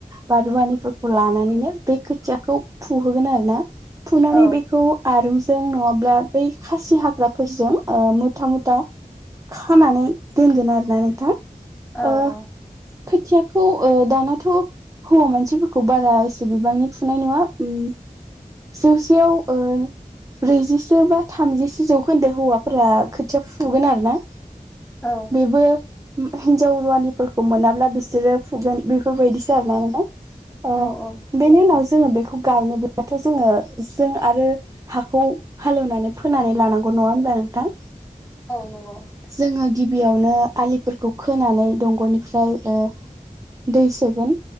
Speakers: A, on the right; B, in the centre.
A: बा रुवानिफोरखौ लानानैनो बे खोथियाखौ फुहोगोन आरो ना फुनानै
B: औ
A: बेखौ आरुजों नङाबा ब्ला बै खासि हाग्राफोरजों ओ मुथा मुथा खानानै दोनगोन आरोना नोंथां। ओ
B: औ औ
A: खोथियाखौ ओ दानाथ' हौवा मानसिफोरखौ बारा एसे बिबांनि फुनाय नुवा। उम जौसेयाव ब्रैजि ज बा थामजिसेो जौखोन्दो हौवाफोरा खोथिया फुगोन आरो ना।
B: औ
A: बेबो हिनजाव रुवानिफोरखौ मोनाब्ला बिसोरो फुगोन बेफोरबायदिसो <unintelligible> नालाय । ओ
B: औ नंगौ
A: बेनि उनाव जोङो बेखौ गायनोब्लथ' जोङो जों आरो हाखौ हालेवनानै फोनानै लानांगौ नङा होनोमबब्ला नोंथां?
B: औ नंगौ
A: जोङो गिबियावनो आलिफोरखौ खोनानै दंग'निफ्राय ओ दै सोगोन।